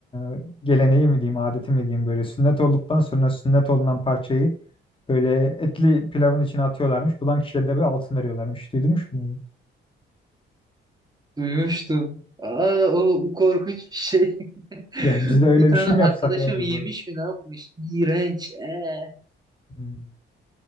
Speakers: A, on the left (about 25°); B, on the right (about 20°).
A: e, geleneği mi diyeyim, adeti mi diyeyim böyle sünnet olduktan sonra sünnet olunan parçayı böyle etli pilavın içine atıyorlarmış. Bulan kişiye de bir altın veriyorlarmış. Duydun mu? bunu?
B: Duymuştum. Aa, o korkunç bir şey. <laughs>
A: Ya biz de
B: Bir
A: öyle
B: tane
A: bir şey
B: arkadaşım
A: mi yapsak ya acaba?
B: yemiş mi ne yapmış? İğrenç. ee.
A: Hmm,